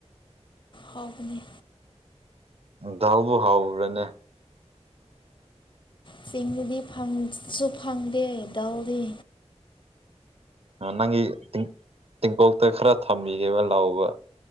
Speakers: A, on the left; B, on the right.
A: ꯍꯥꯎ ꯀꯅꯤ
B: ꯗꯥꯎꯕꯨ ꯍꯥꯎꯨꯔꯅꯦ
A: ꯆꯤꯡꯗꯨꯗꯤꯁꯨ ꯐꯪꯗꯦ ꯗꯥꯎꯗꯤ
B: ꯅꯪꯒꯤ ꯇꯤꯡꯀꯣꯛꯇ ꯈꯔ ꯊꯝꯕꯤꯒꯦꯕ ꯂꯥꯎꯕ